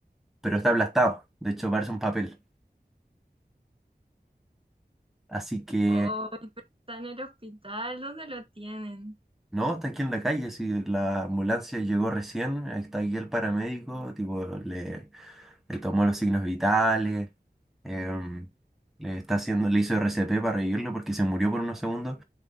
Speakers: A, in the centre; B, on the right.
A: pero está aplastado. De hecho, parece un papel. Así que,
B: ay, pero está en el hospital. ¿Dónde lo tienen?
A: no, está aquí en la calle, si la ambulancia llegó recién, está aquí el paramédico, tipo, le le tomó los signos vitales, em, le está haciendo, le hizo RCP para revivirlo porque se murió por unos segundos